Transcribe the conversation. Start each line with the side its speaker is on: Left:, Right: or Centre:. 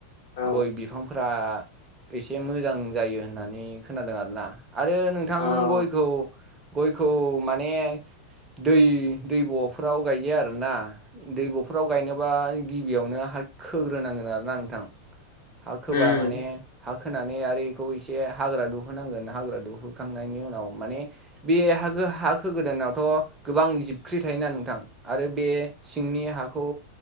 Left: औ
Right: गय बिफांफोरा एसे मोजां जायो होननानै खोनादों आरोना। आरो नोंथां
Left: औ
Right: गय गयखौ माने दै दै ब'फोराव गायजाया आरोना दै ब'फोराव गायनोबा गिबियावनो हा खोग्रोनांगोन आरो ना नोंथां हा खोबा
Left: उम
Right: माने हा खोनानै आरो बेखौ एसे हाग्रा दुहोनांगोन हाग्रा दुहोखांनायनि उनाव माने बे हागो हा खोगोदानावथ' गोबां जिबख्रि थायोना नोंथां आरो बे सिंनि हाखौ